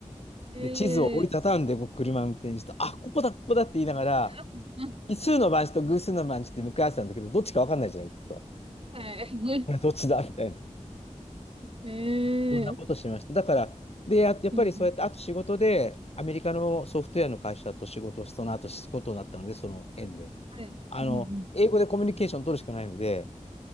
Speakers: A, on the right; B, on the left.
A: ええ
B: で、地図を折りたたんで、こう車運転して、あ、ここだ、ここだって言いながら、
A: うん
B: 奇数の番地と偶数の番地って向かい合わせたんだけど、どっちか分かんないじゃない、行くと。
A: はい。<laughs>
B: これどっちだみたいな。
A: ええ
B: こんなことしました。だから、で、や、やっぱりそうやって、
A: うん。
B: あと仕事で、アメリカのソフトウェアの会社と仕事をその後することになったので、その縁で。
A: はい。
B: あの、
A: うんうん。
B: 英語でコミュニケーション取るしかないので、